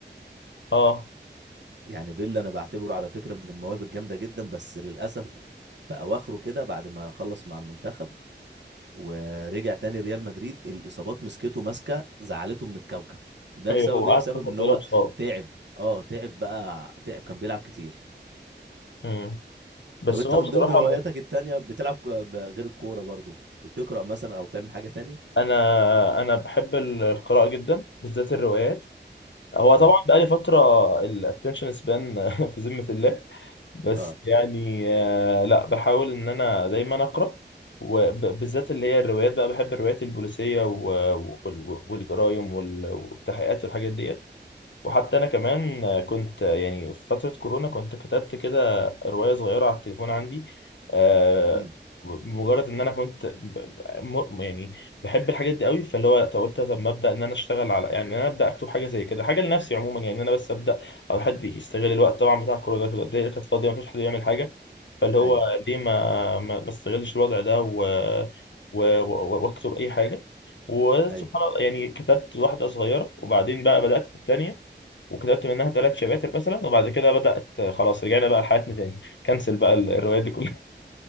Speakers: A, on the left; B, on the right.
A: اه
B: يعني بيل انا بعتبره على فكره من المواهب الجامده جدا بس للاسف في اواخره كده بعد ما خلص مع المنتخب ورجع تاني ريال مدريد الاصابات مسكته ماسكه زعلته من الكوكب ده
A: أيوه
B: بسبب
A: هو
B: ايه
A: قعد
B: بسبب
A: فترة
B: ان
A: طويلة
B: هو
A: مصاب
B: تعب اه تعب بقى تعب كان بيلعب كتير
A: امم بس
B: طب انت
A: هو
B: من
A: بصراحة
B: ضمن هواياتك
A: ما-
B: التانية بتلعب كو- ب- غير الكوره برضو بتقرا مثلا او تعمل حاجه تاني
A: أنا أنا بحب ال- القراءة جدا بالذات الروايات هو
B: اه
A: طبعا بقالي فترة الاتنشن سبان <laughs> في ذمة الله بس
B: اه
A: يعني آه، لا بحاول ان انا دايما اقرا وبالذات اللي هي الروايات بقى بحب الروايات البوليسيه و- وال- والجرايم وال- والتحقيقات والحاجات ديت وحتى انا كمان كنت يعني في فتره كورونا كنت كتبت كده روايه صغيره على التليفون عندي آه،
B: امم
A: مجرد ان انا كنت ب- ب- م- يعني بحب الحاجات دي قوي فاللي هو طب قلت طب ما ابدا ان انا اشتغل على يعني إن انا ابدا اكتب حاجه زي كده حاجه لنفسي عموما يعني إن انا بس ابدا او حد يستغل الوقت طبعا بتاع كورونا كده الدنيا كانت فاضيه ما كانش حد يعمل حاجه فاللي هو
B: ايوه
A: ليه ما ما ما استغلش الوضع ده و و- و- واكتب اي حاجه وسبحان
B: ايوه
A: الله يعني كتبت واحده صغيره وبعدين بقى بدات في الثانيه وكتبت منها ثلاث شباتر مثلا وبعد كده بدأت خلاص رجعنا بقى لحياتنا تاني كنسل بقى ال- الروايات دي كلها